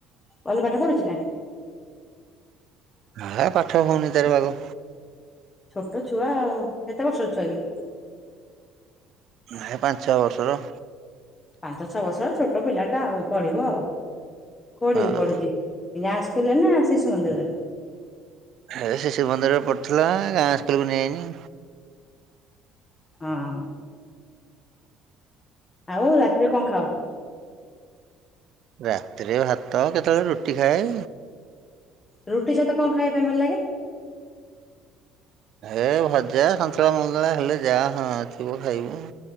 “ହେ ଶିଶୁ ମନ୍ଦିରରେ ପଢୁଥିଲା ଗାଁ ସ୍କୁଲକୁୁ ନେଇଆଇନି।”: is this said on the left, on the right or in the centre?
Right